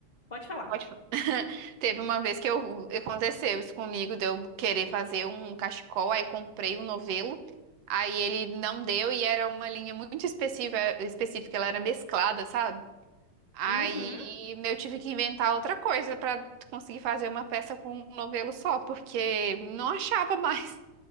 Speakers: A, on the left; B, on the right.
A: Pode falar.
B: Pode fa- <laughs> Teve uma vez que eu, aconteceu isso comigo, de eu querer fazer um cachecol, aí comprei um novelo, aí ele não deu e era uma linha muito específica, específica, ela era mesclada, sabe? Aí
A: Uhum.
B: eu tive que inventar outra coisa pra conseguir fazer uma peça com um novelo só, porque não achava mais.